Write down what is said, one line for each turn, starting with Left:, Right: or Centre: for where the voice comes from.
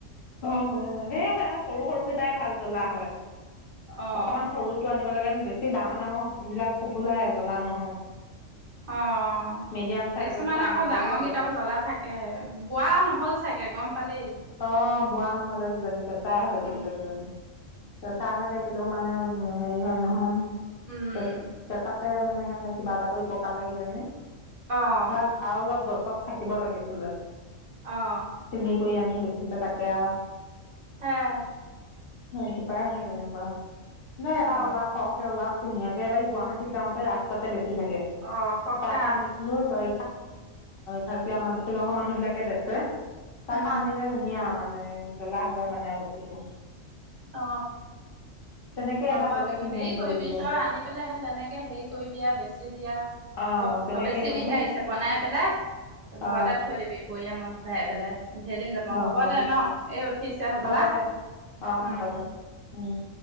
Left: অ', সেয়ে সেয়ে সৰু সৰুকেইটাই ভাল জলা হয়।
Right: অ
Left: অকমান সৰু টে আনিব লাগে, বেছি ডাঙৰ ডাঙৰ বিলাক ফুফুলাই জ্বলা নহয়।
Right: অ',
Left: মিডিয়াম চাইজৰ
Right: কিছুমান
Left: কেইটা
Right: আকৌ
Left: আনিব
Right: ডাঙৰকিটাও
Left: লাগে
Right: জ্বলা থাকে। বোৱা নহ'ল চাগে গম পালি
Left: অ', বোৱা নহ'লে কিজানি কেঁচাই হৈ থাকিলে
Right: উম
Left: কিজানি। পেচাৰ হৈ থাকিলেও মানে হেৰি হয় নহয়।
Right: উম
Left: কে কেঁচাতে মানে সেহে কিবা এটা কৰি পকালে কিজানী
Right: আহ
Left: বা আৰু অলপ গছত থাকিব লাগিছিলে।
Right: অ',
Left: চিঙি কৰি আনি বেচিছে তাকে আৰু
Right: হেয়াই
Left: ৰাতিপুৱাই হৈ গ'ল এনেকুৱা নে, এবাৰ
Right: আহ
Left: উলাৱক ক এতিয়া উলাৱক ধুনীয়াকে এবাৰ ই গুৱাহীত যাওঁতে ৰাস্ত তাতে বেছি থাকে।
Right: আহ সহকে
Left: তাৰপৰা আনিচিলো <unintelligible> উ', অ, খাচিয়া মান শ্বিলঙৰ মানুহ বিলাকে বেচে তাৰাপা
Right: উম
Left: আনিলে। ধুনীয়া মানে মানে জ্বলা হয় মানে বস্তুটো।
Right: অ।
Left: তেনেকে
Right: হ'ব,
Left: এবাৰ গলে কিনি
Right: হেৰি
Left: আনিব
Right: কৰিবি?
Left: লাগিব
Right: তই আনি পেলাই হে তেনেকে হেই কইবি আ বেচিবি আ।
Left: অহ
Right: <unintelligible>
Left: তেনেকেই
Right: বেচিবিহে
Left: মানে
Right: আহিছে। বনাই পেলাই
Left: অহ
Right: ঘৰতে থৈ দিবি। বৈয়ামত ভৰাই পেলাই ধেইদিন যাব
Left: অহ
Right: হ'ব দে ন? এই উঠিছে হ'বলা।
Left: হ'ব
Right: উম।
Left: দে অহ হ'ব দে উম।